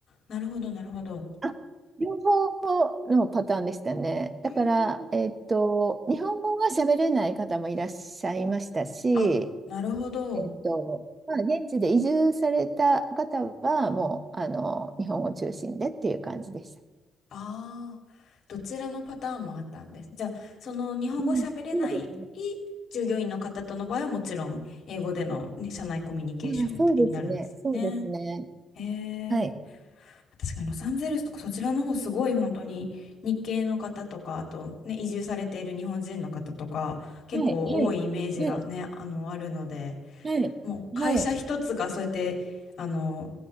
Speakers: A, on the left; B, on the right.
A: なるほどなるほど。
B: あ両方のパターンでしたね。だから、
A: うーん、
B: えっと、日本語が喋れない方もいらっしゃいましたし、
A: あ、なるほど。
B: えっと、まあ、現地で移住された方は、もう、あの、日本語中心でっていう感じでした。
A: ああ、どちらのパターンもあったんです。じゃあ、その日本語喋れない
B: うん、そうですね。
A: 従業員の方との場合はもちろん英語での、ね、社内コミュニケーションみたいになるんですよね。
B: ああ、そうですね。そうですね。
A: へ
B: はい。
A: え、確かにロサンゼルスとかそちらの方すごい本当に日系の方とか、あとね、移住されている日本人の方とか結構多いイメージがね、
B: はい。はい。はい。
A: あの、あるので、
B: はい。
A: もう会社一つがそうやって、
B: はい。
A: あの、